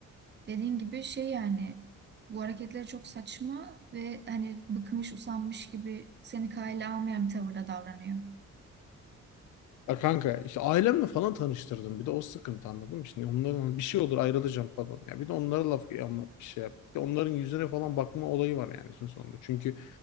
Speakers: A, on the right (about 35°); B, on the left (about 80°).
A: dediğin gibi şey yani bu hareketleri çok saçma ve hani bıkmış usanmış gibi seni kale almayan bir tavırda davranıyor.
B: Ya kanka işte ailemle falan tanıştırdım. Bir de o sıkıntı anladın mı? Şimdi onların hani bir şey olur ayrılacağım falan. Ya bir de onlara laf anlat bir şey yap. Bir de onların yüzüne falan bakma olayı var yani işin sonunda. Çünkü